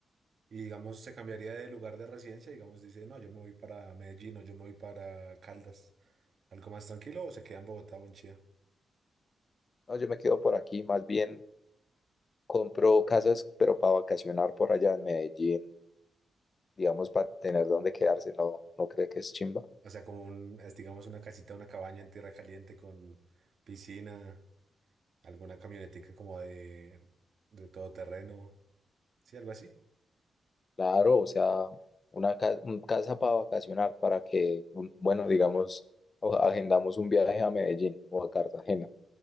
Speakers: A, on the right (about 65°); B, on the left (about 45°).
A: Y digamos, se cambiaría de lugar de residencia, digamos, dice, no, yo me voy para Medellín o yo me voy para Caldas, algo más tranquilo o se queda en Bogotá o en Chía.
B: No, yo me quedo por aquí, más bien. Compró casas, pero para vacacionar por allá en Medellín, digamos, para tener dónde quedarse, ¿no, no cree que es chimba?
A: O sea, como un, es, digamos, una casita, una cabaña en tierra caliente con piscina, alguna camionetica como de, de todoterreno. Sí, algo así.
B: Claro, o sea, una ca- un casa para vacacionar, para que, un- bueno, digamos, o- agendamos un viaje a Medellín o a Cartagena